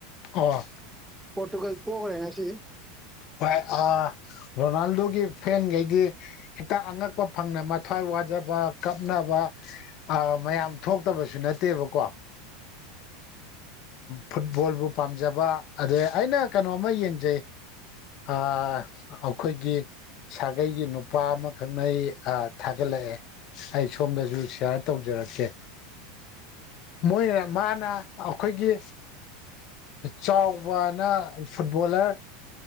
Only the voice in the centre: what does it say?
ꯄꯣꯔꯇꯨꯒꯜ ꯄꯣꯛꯈ꯭ꯔꯦ ꯉꯁꯤ